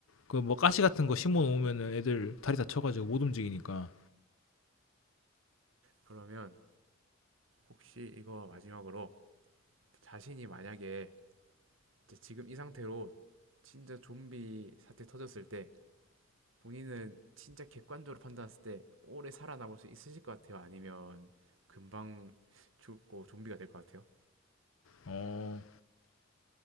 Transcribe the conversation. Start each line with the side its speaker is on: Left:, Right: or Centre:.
Left: 그 뭐 가시 같은 거 심어 놓으면은 애들 다리 다쳐 가지고 못 움직이니까.
Right: 그러면 혹시 이거 마지막으로 자신이 만약에 이제 지금 이 상태로 진짜 좀비 사태 터졌을 때 본인은 진짜 객관적으로 판단했을 때 오래 살아남을 수 있으실 것 같아요? 아니면 금방 죽고 좀비가 될 것 같아요?
Left: 어.